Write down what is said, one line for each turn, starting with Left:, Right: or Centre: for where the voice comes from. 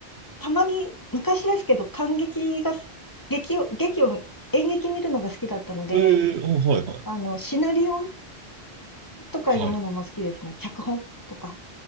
Left: たまに、昔ですけど、観劇がす、劇を、劇を、演劇見るのが好きだったので、
Right: ええうんはいは
Left: あの、シナリオとか読むのも好きですね。
Right: い。はい。
Left: 脚本とか。